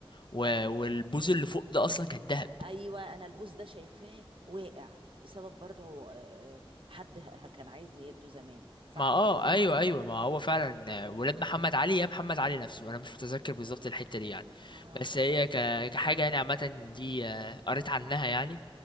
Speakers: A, on the left; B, on the right.
A: و-
B: اه
A: والبوز اللي فوق ده اصلا كان ذهب
B: ايوه انا البوز ده شايفاه واقع بسبب برضه آه، آه، حد ه- كان عايز يهده زمان صح
A: ما اه
B: ولا ايه
A: ايوه ايوه ما هو فعلا آه، ولاد محمد علي يا محمد علي نفسه انا مش متذكر بالظبط الحته دي يعني
B: اه
A: بس هي
B: اه
A: ك... كحاجه يعني عامه دي آه، قريت عنها يعني